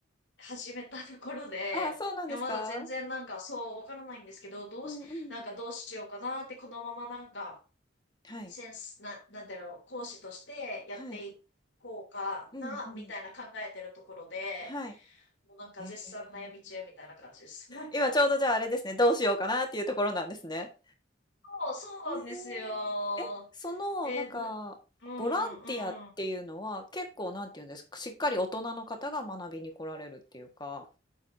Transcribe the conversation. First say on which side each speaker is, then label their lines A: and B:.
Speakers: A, on the left (about 70°); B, on the left (about 25°).
A: 始めたところで、
B: あ、そうなんですか
A: いや、まだ全然なんかそうわからないんですけど、どうし、
B: うんうん。
A: なんかどうしようかなって、このままなんか、
B: はい。
A: センス、な、なんだろう、講師としてやっていこうかな、
B: はい。うんうん。
A: みたいな考えてるところで、
B: はい。
A: もうなんか絶賛悩み中みたいな感じです。
B: へえ。
A: <laughs>
B: 今ちょうどじゃああれですね、どうしようかなっていうところなんですね。
A: そう、そうなんですよ。
B: えーえ、その、
A: え、
B: なんか、
A: うん、うん、
B: ボランティアっていうのは結構なんていうんですか、
A: うん。うん
B: しっかり大人の方が学びに来られるっていうか、